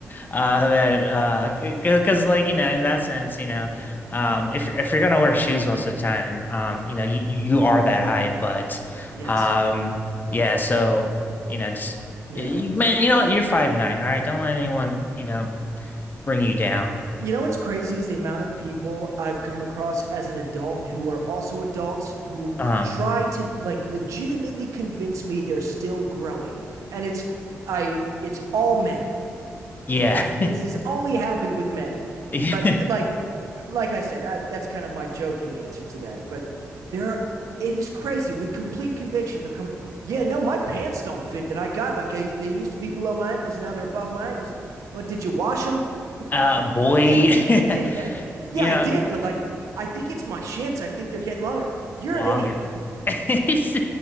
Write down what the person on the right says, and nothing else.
Yes.
Now
You know what's crazy is the amount of people I've come across as an adult who are also adults who
try to like legitimately convince me they're still growing. And it's I it's all men. <laughs>
this has only happened with men.
But like, like I said, I, that's kind of my joking answer to that. But there, are, it is crazy with complete conviction. They'll come, yeah, no, my pants don't fit that I got. Like I, they used to be below my ankles, and now they're above my ankles. Well, did you wash them? <laughs>
Yeah, yeah, yeah, yeah.
Yeah,
I
did, but like, I think it's my shins. I think they're getting longer. You're
an idiot. <laughs>